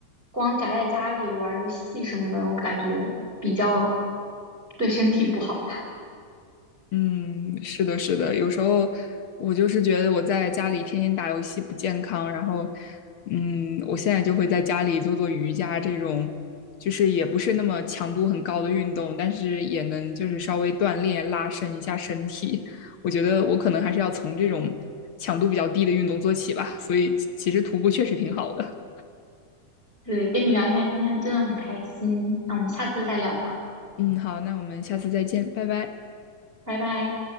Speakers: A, on the right; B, on the left.
A: 光宅在家里玩游戏什么的，我感觉比较对身体不好吧。
B: 嗯，是的，是的，有时候我就是觉得我在家里天天打游戏不健康，然后，嗯，我现在就会在家里做做瑜伽这种，就是也不是那么强度很高的运动，但是也能就是稍微锻炼拉伸一下身体。我觉得我可能还是要从这种强度比较低的运动做起吧，所以其其实徒步确实挺好的。
A: 对，跟你聊天今天真的很开心，那我们下次再聊吧，
B: 嗯，好，那我们下次再见，拜拜。
A: 拜拜。